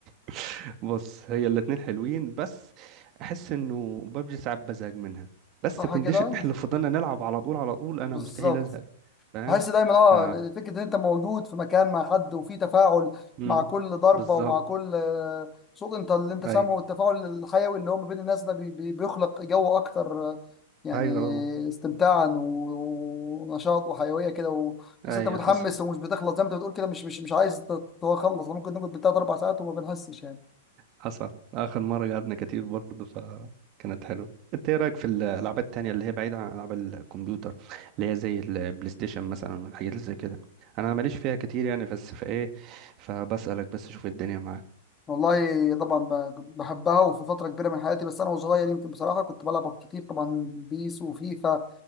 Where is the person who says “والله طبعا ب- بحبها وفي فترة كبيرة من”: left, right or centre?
Left